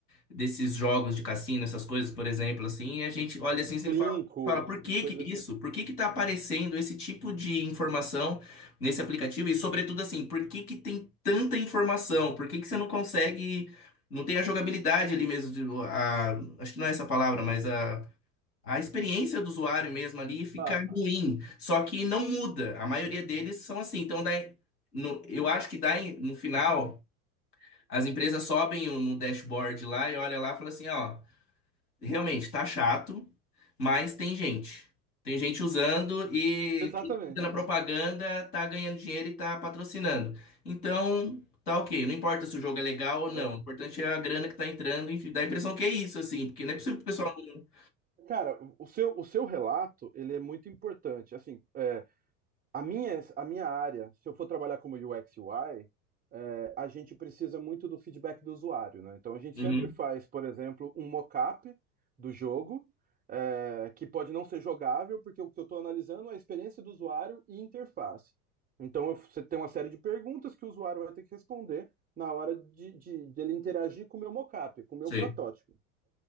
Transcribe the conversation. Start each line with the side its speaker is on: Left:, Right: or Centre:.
Left: desses jogos de cassino, essas coisas, por exemplo, assim, e a gente olha assim e
Right: Linko
Left: fala Fala, por que
Right: e coisa
Left: que
Right: assim.
Left: isso? Por que que tá aparecendo esse tipo de informação nesse aplicativo? E sobretudo assim, por que que tem tanta informação? Por que que você não consegue, não tem a jogabilidade ali mesmo, de- a, acho que não é essa palavra, mas a a experiência do usuário mesmo ali fica
Right: Ah,
Left: ruim, só que não muda. A maioria deles são assim. Então, daí, no- eu acho que daí, no final, as empresas sobem o- no dashboard lá e olha lá e fala assim, ó, realmente tá chato, mas tem gente. Tem gente usando e
Right: exatamente.
Left: quem tá fazendo a propaganda tá ganhando dinheiro e tá patrocinando. Então, tá ok. Não importa se o jogo é legal ou
Right: É.
Left: não. O importante é a grana que tá entrando, enfim, dá a impressão que é isso, assim, porque não é possível que o pessoal não.
Right: Cara, o seu, o seu relato, ele é muito importante. Assim, é, a minha, a minha área, se eu for trabalhar como UX UI, é, a gente precisa muito do feedback do usuário, né? Então, a gente
Left: Uhum,
Right: sempre faz, por exemplo, um mockup do jogo, é, que pode não ser jogável, porque o que eu estou analisando é a experiência do usuário e interface. Então, eu- você tem uma série de perguntas que o usuário vai ter que responder na hora de, de, dele interagir com o meu mockup, com o meu
Left: sim,
Right: protótipo.